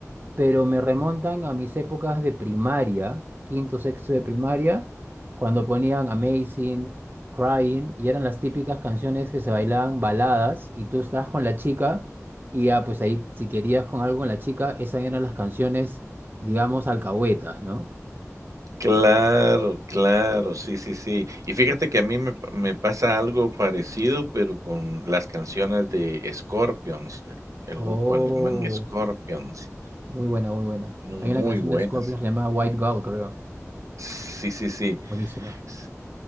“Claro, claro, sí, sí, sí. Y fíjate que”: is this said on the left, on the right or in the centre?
Right